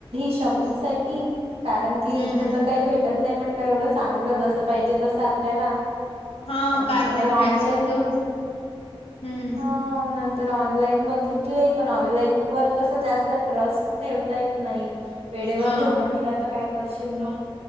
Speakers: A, on the right; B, on the left.
A: शॉपिंग
B: हा.
A: साठी कारण की
B: हम्म
A: इथ तर काही भेटत नाही म्हटलं एवढं चांगलं जसं पाहिजे तसं आपल्याला
B: हा कारण
A: नंतर
B: यात
A: ऑनलाईन
B: हायच कुठं हम्म
A: ह नंतर ऑनलाईन बघितले पण ऑनलाईन वर कस जास्त ट्रस्ट ठेवता येत नाही. वेळेवर
B: हा
A: धोका दिला तर काय करशील ना